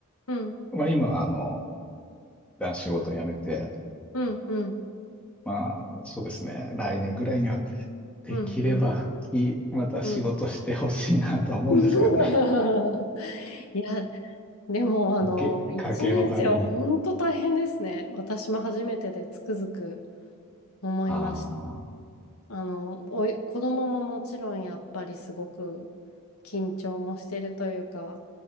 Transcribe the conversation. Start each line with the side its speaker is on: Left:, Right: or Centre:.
Left: うん、
Centre: まあ今、あの、一旦仕事を辞めて、
Left: うん、うん、
Centre: まあそうですね、来年ぐらいにはできれば復帰、
Left: うん、うん。
Centre: また仕事してほしいなとは思うんですけどね。
Left: うん <laughs> いや、でも、あの、
Centre: 家計、
Left: 1年生は本当大変ですね。
Centre: 家計のために。
Left: 私も初めてでつくづく思いました。
Centre: ああ、
Left: あの、おい、子供ももちろんやっぱりすごく緊張もしてるというか、